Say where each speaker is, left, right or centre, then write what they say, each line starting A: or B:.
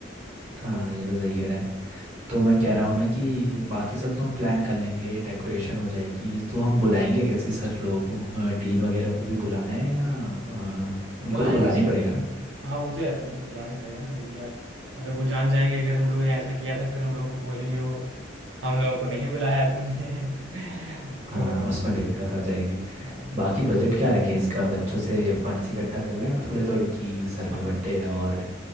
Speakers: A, on the right (about 35°); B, on the right (about 75°).
A: हाँ
B: अलग
A: ये तो सही कह रहा है तो मैं कह रहा हूँ ना कि बाकी सब तो हम प्लान कर लेंगे डेकोरेशन हो जाएगी तो हम बुलाएंगे कैसे सर लोगों को अ, डीन वगैरह को भी बुलाना है या अ, उनको
B: बुलाएंगे
A: तो बुलाना
B: इस-
A: ही पड़ेगा ना
B: हाँ वो तो यार उनको तो बुलाना पड़ेगा ना क्योंकि यार अगर वो जान जाएंगे अगर हम लोगों ने ऐसा किया था फिर हम लोगों को बोलेंगे वो हम लोगों को नहीं बुलाया तुमने <laughs> तो
A: हाँ उसमें दिक्कत आ जाएगी
B: हाँ
A: बाकी बजट क्या रखें इसका बच्चों से फंड्स इकट्ठा कर लें हम थोड़े थोड़े कि सर
B: हाँ,
A: का बर्थडे है और